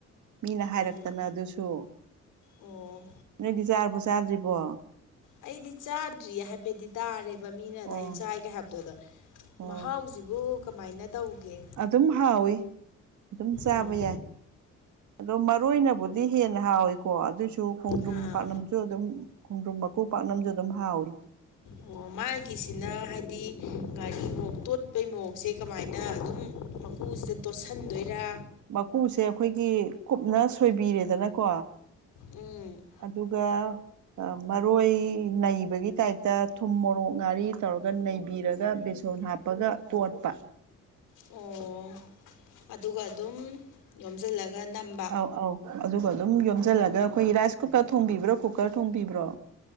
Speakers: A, on the right; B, on the left.
A: ꯃꯤꯅ ꯍꯥꯏꯔꯛꯇꯅ
B: ꯎꯝ
A: ꯑꯗꯨꯁꯨ
B: ꯑꯣ
A: ꯅꯣꯏꯗꯤ ꯆꯥꯔꯕꯣ ꯆꯥꯗ꯭ꯔꯤꯕꯣ
B: ꯑꯩꯗꯤ ꯆꯥ ꯗ꯭ꯔꯤꯌꯦ ꯍꯥꯏꯐꯦꯠꯇꯤ ꯇꯥꯔꯦꯕ ꯃꯤꯅ
A: ꯑꯣ
B: ꯑꯗꯨꯃꯥꯏꯅ ꯆꯥꯏꯒꯦ ꯍꯥꯏꯕꯗꯣ ꯑꯗ
A: ꯑꯣ
B: ꯃꯍꯥꯎꯁꯤꯕꯨ ꯀꯃꯥꯏꯅ ꯇꯧꯒꯦ
A: ꯑꯗꯨꯝ ꯍꯥꯎꯋꯤ ꯑꯗꯨꯝ ꯆꯥꯕ
B: ꯎꯝ
A: ꯌꯥꯏ ꯑꯗꯣ ꯃꯔꯣꯏꯅꯕꯨꯗꯤ ꯍꯦꯟꯅ ꯍꯥꯎꯋꯤꯀꯣ ꯑꯗꯨꯏꯁꯨ ꯈꯣꯡꯗ꯭ꯔꯨꯝ
B: ꯑꯥ
A: ꯄꯥꯛꯅꯝꯁꯨ ꯑꯗꯨꯝ ꯈꯣꯡꯗ꯭ꯔꯨꯝ ꯃꯀꯨ ꯄꯥꯛꯅꯝꯁꯨ ꯑꯗꯨꯝ ꯍꯥꯎꯏ
B: ꯑꯣ ꯃꯥꯒꯤꯁꯤꯅ ꯍꯥꯏꯗꯤ ꯒꯥꯥꯔꯤ ꯃꯣꯛ ꯇꯣꯠꯄꯩ ꯃꯑꯣꯡꯁꯦ ꯀꯃꯥꯏꯅ ꯑꯗꯨꯝ ꯃꯀꯨꯁꯤꯗ ꯇꯣꯠꯁꯟꯗꯣꯏꯔꯥ
A: ꯃꯀꯨꯁꯦ ꯑꯩꯈꯣꯏꯒꯤ ꯀꯨꯞꯅ ꯁꯣꯏꯕꯤꯔꯦꯗꯅꯀꯣ
B: ꯎꯝ
A: ꯑꯗꯨꯒ ꯑ ꯃꯔꯣꯏ ꯅꯩꯕꯒꯤ ꯇꯥꯏꯞꯇ ꯊꯨꯝ ꯃꯣꯔꯣꯛ ꯉꯥꯔꯤ ꯇꯧꯔꯒ ꯅꯩꯕꯤꯔꯒ ꯕꯦꯁꯣꯟ ꯍꯥꯞ ꯄꯒ ꯇꯣꯠꯄ
B: ꯑꯣ ꯑꯗꯨꯒ ꯑꯗꯨꯝ ꯌꯣꯝꯖꯜꯂꯒ ꯅꯝ
A: ꯑꯧ ꯑꯧ ꯑꯗꯨꯒ ꯑꯗꯨꯝ ꯌꯣꯝꯗꯜꯂꯒ ꯑꯩꯈꯣꯏ ꯔꯥꯏꯁ ꯀꯨꯀꯔ ꯊꯣꯡꯕꯤꯕ꯭ꯔꯣ ꯀꯨꯀꯔ ꯊꯣꯡꯕꯤꯕ꯭ꯔꯣ